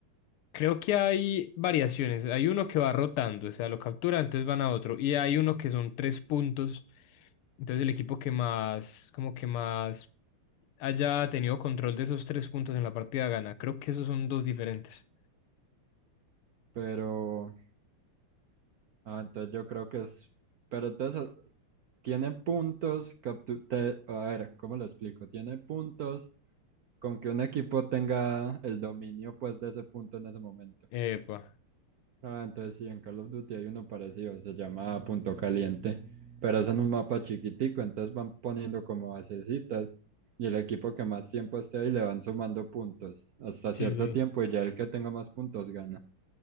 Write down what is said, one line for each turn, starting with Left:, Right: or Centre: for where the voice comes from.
Left: Creo que hay variaciones. Hay uno que va rotando, o sea, lo captura, entonces van a otro. Y hay uno que son tres puntos. Entonces el equipo que más, como que más haya tenido control de esos tres puntos en la partida gana. Creo que esos son dos diferentes.
Right: pero Ah, entonces yo creo que es, pero entonces ah, tiene puntos, que obtu- te- a ver, ¿cómo lo explico? Tiene puntos con que un equipo tenga el dominio pues de ese punto en ese momento.
Left: Epa,
Right: Ah, entonces sí, en Call of Duty hay uno parecido, se llama Punto Caliente, pero es en un mapa chiquitico, entonces van poniendo como basecitas y el equipo que más tiempo esté ahí le van sumando puntos hasta
Left: sí,
Right: cierto
Left: sí.
Right: tiempo y ya el que tenga más puntos gana.